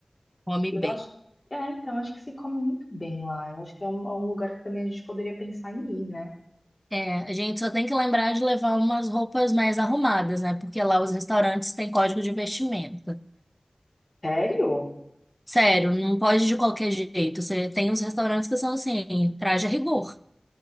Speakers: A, in the centre; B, on the left (about 35°).
A: Come
B: Eu
A: bem.
B: acho, é, então, acho que se come muito bem lá. Eu acho que é um, é um lugar que também a gente poderia pensar em ir, né?
A: É, a gente só tem que lembrar de levar umas roupas mais arrumadas, né? Porque lá os restaurantes têm código de vestimenta.
B: Sério?
A: Sério, não pode de qualquer jeito. Você tem uns restaurantes que são assim, traje a rigor.